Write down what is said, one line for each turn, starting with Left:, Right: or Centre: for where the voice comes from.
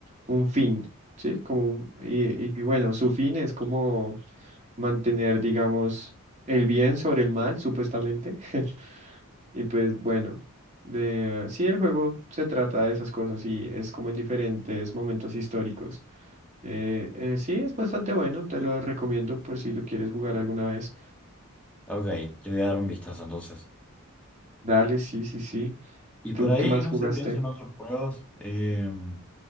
Right: un fin, ¿sí? Como, un- y, y bueno, su fin es como mantener, digamos, el bien sobre el mal, supuestamente, <laughs> y pues bueno. De, sí, el juego se trata de esas cosas y es como en diferentes momentos históricos. Eh, eh, sí, es bastante bueno, te lo recomiendo por si lo quieres jugar alguna vez.
Centre: Ok. yo voy a dar un vistazo entonces.
Right: Dale, sí, sí, sí.
Centre: Y
Right: ¿Tú
Centre: por ahí,
Right: qué más
Centre: no
Right: jugaste?
Centre: sé, pienso en otros juegos. Em,